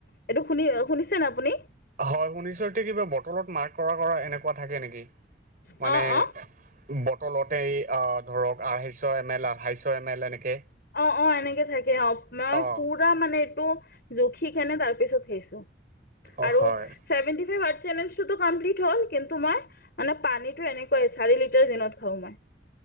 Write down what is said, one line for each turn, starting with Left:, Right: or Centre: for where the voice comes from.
Left: এইটো শুনি শুনিছেনে আপুনি?
Right: হয়, শুনিছো এইটো কিবা বটলত মাৰ্ক কৰা কৰা এনেকুৱা থাকে নেকি?
Left: অ',
Right: মানে
Left: অ',
Right: বটলতে আ ধৰক আঢ়াইশ এম এল আঢ়াইশ এম এল এনেকে।
Left: অ অ এনেকে থাকে। অ মই
Right: অ',
Left: পুত ৰা মানে এইটো জুখি খেনে তাৰ পিছত খাইছো।
Right: অ',
Left: আৰু
Right: হয়
Left: চেভেণ্টি ফাইভ হ'ট চেলেঞ্জটো কমপ্লিট হ'ল। কিন্তু মই মানে পানীটো এনেকুৱাই চাৰি লিটাৰ দিনত খাওঁ মই।